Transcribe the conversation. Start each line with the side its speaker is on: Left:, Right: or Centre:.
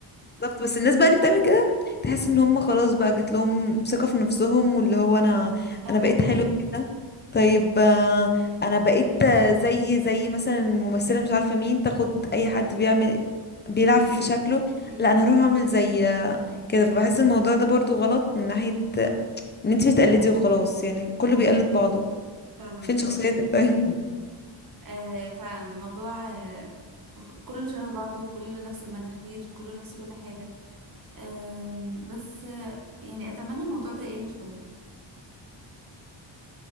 Left: بالظبط بس الناس بقى اللي بتعمل كده تحس ان هم خلاص بقى جات لهم ثقة في نفسهم واللي هو انا
Right: فعلا
Left: انا بقيت حلوة كده طيب آه، انا بقيت آه، زي زي مثلا الممثلة مش عارفة مين تاخد اي حد بيعمل بيلعب
Right: امم
Left: في شكله
Right: امم
Left: لا انا هروح اعمل زي آه، كده فبحس الموضوع ده برضو غلط من ناحية آه، ان انت بتقلدي وخلاص يعني كله
Right: فعلا
Left: بيقلد بعضه
Right: فعلا
Left: فين
Right: بصراحة
Left: شخصيتك طيب
Right: آه فعلا الموضوع آه كله شبه بعضه وكله نفس المناخير كله نفس كل حاجة آه بس آه يعني أتمنى الموضوع ده يقل شوية